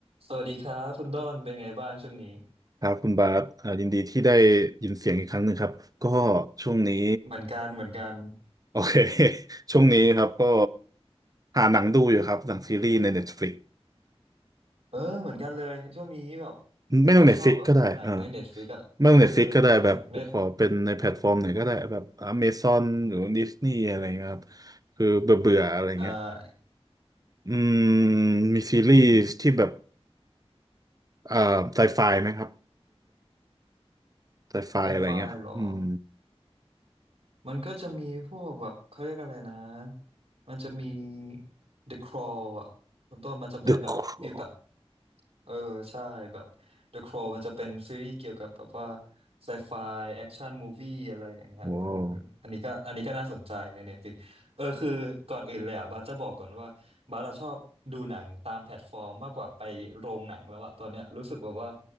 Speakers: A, on the right (about 70°); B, on the right (about 35°).
A: สวัสดีครับคุณต้นเป็นไงบ้างช่วงนี้
B: ครับคุณบาสเอ่อยินดีที่ได้ยินเสียงอีกครั้งหนึ่งครับก็ช่วงนี้
A: เหมือนกันเหมือนกัน
B: โอเค <laughs> ช่วงนี้ครับก็หาหนังดูอยู่ครับหนังซีรีส์ใน Netflix
A: เออเหมือนกันเลยช่วงนี้แบบ
B: ไม่ต้อง
A: บาสชอบแบบหนังในเน็ตฟลิกอะเออแบบหนังในต
B: Netflix ก็ได้เออไม่ต้อง Netflix ก็ได้แบบขอเป็นในแพลตฟอร์มไหนก็ได้แบบ Amazon หรือ Disney อะไรเงี้ยครับคือเบื่อเบื่ออะไรเงี้ย
A: อ่า
B: อืมมีซีรีส์ที่แบบเอ่อไซไฟไหมครับไซไฟอะไรเงี้ยอืม
A: ไซไฟเหรอมันก็จะมีพวกแบบเขาเรียกอะไรนะมันจะมี The Crawl อะคุณต้นมันจะเป็นแบบฟีลแบบ
B: The Crown
A: เออใช่แบบ The Crow มันจะเป็นซีรีส์เกี่ยวกับแบบว่าไซไฟแอคชั่นมูวี่อะไรอย่างเงี้ยเออ
B: ว้าว
A: อันนี้ก็อันนี้ก็น่าสนใจในเน็ตฟลิกเออคือก่อนอื่นเลยอ่ะบาสจะบอกก่อนว่าบาสอะชอบดูหนังตามแพลตฟอร์มมากกว่าไปโรงหนังแล้วอะตอนเนี้ยรู้สึกแบบว่า